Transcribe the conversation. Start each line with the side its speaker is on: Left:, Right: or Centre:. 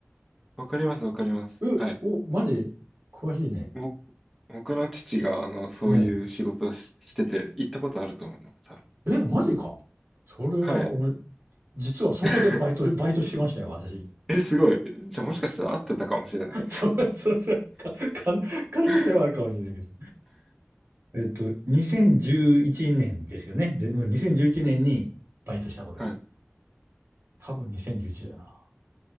Centre: わかりますわかります。
Right: え、
Centre: はい。
Right: お、マジ詳しいね。
Centre: ぼ僕の父が、あの、そういう仕事をし、
Right: うん。
Centre: してて、行ったことあると思います。多分
Right: え、マジか。それは、
Centre: はい。
Right: 俺、実はそこでバイト、
Centre: <laughs>
Right: バイトしましたよ、私。
Centre: え、すごい。じゃあもしかしたら合ってたかもしれない。
Right: <laughs> そう、そう、そう、か、か、可能性はあるかもしれないけど。
Centre: <laughs>
Right: えっと、2011年ですよね。で、うん、2011年にバイトしたことだよ。
Centre: はい。
Right: 多分2011だな。